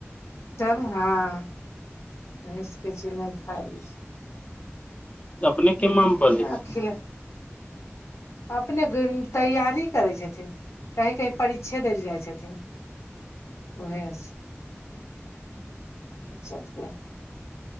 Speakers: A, on the left; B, on the left.
A: तब हाँ भै सकय छै नहि खाय लय छै
B: अपने केमा मे पड़ै
A: हँ
B: छै
A: खिला अपने घुमि गैं तैयारी करै छथिन कहीं कहीं परिक्षे देल जाइ छथिन उरेस ई चलतय